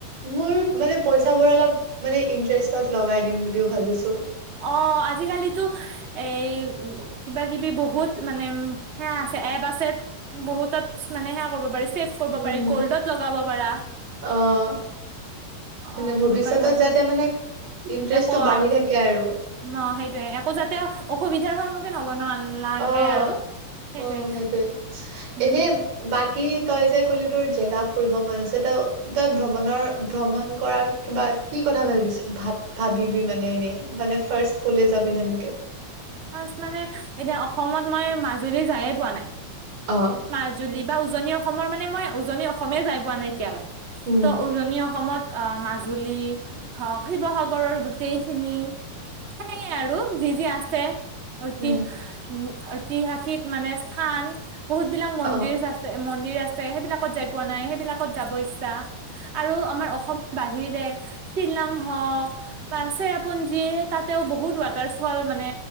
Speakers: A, on the right; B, on the right.
A: মোৰ মানে পইচাবোৰ অলপ মানে ইন্টাৰেষ্টত লগাই দিম বুলিও ভাবিছো।
B: অহ ', আজিকালিতো এই কিবা কিবি বহুত মানে সে আছে এপ আছে বহুতত মানে সেয়া কৰিব পাৰি। ছেভ কৰিব
A: উম
B: পাৰি গল্ডত লগাব পাৰা
A: অ
B: অহ
A: মানে
B: ',
A: ভৱিষ্যতত
B: সেনেকুৱা ধৰণৰ
A: যাতে মানে ইন্টাৰেষ্টটো
B: একো অহ
A: বাঢ়ি
B: ',
A: থাকে আৰু
B: ন' সেইটোৱে একো জা তে অসুবিধাৰ সন্মুখীন হব নালাগে
A: অ',
B: আৰু সেইটোয়ে
A: উম, সেইটৱে,
B: উম
A: এনে বা কি তই যে ক'ল তোৰ জেগা ফুৰিব মন আছে ত' তই ভ্ৰমণৰ ভ্ৰমণ কৰাৰ কিবা কি কথা ভাবিছ ভা-ভাবিবি মানে এনেই মানে ফাৰ্ষ্ট ক'লে যাবি তেনেকে। <inaudible>
B: ফাৰ্ষ্ট মানে এতিয়া অসমত মই মাজুলী যাইৱে পোৱা নাই।
A: অ
B: মাজুলী বা উজনি অসমৰ মানে মই উজনি অসমেই যাই পোৱা নাই এতিয়ালে।
A: উম
B: ত উজনি অসমত। অ মাজুলী হওঁক শিৱসাগৰৰ গোটেইখিনি সেনেকে আৰু যি যি আছে। ঐতি‌
A: উম
B: ঐ ঐতিহাসিক মানে স্থান বহুত বিলাক মন্দিচ
A: অ
B: আছে মন মন্দিৰ আছে সেইবিলাকত যাই পোৱা নাই। সেইবিলাকত যাব ইচ্ছা আৰু আমাৰ অসমৰ বাহিৰে শ্বিলং হওঁক বা চেৰাপুঞ্জী তাতেও বহুত ৱাটাৰ ফল মানে